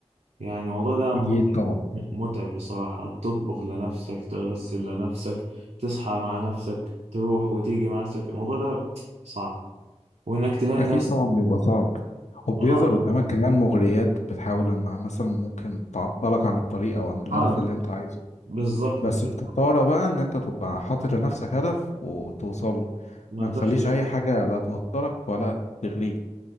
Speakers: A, on the right; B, on the left.
A: يعني الموضوع ده متعب
B: أكيد طبعا
A: متعب بصراحة تطبخ لنفسك تغسل لنفسك تصحى مع نفسك تروح وتيجي مع نفسك الموضوع ده صعب وإنك تلاقي
B: أكيد
A: ناس
B: طبعا بيبقى صعب وبيظهر
A: آه
B: قدامك كمان مغريات بتحاول إنها مثلا ممكن تعطلك عن الطريق أو عن الهدف
A: آه دي-
B: اللي أنت عايزه
A: بالظبط
B: بس
A: بالظبط
B: بتضطر بقى إن أنت تبقى حاطط لنفسك هدف وتوصل له
A: ما
B: ما
A: بتحشي
B: تخليش أي حاجة لا توترك ولا تغريك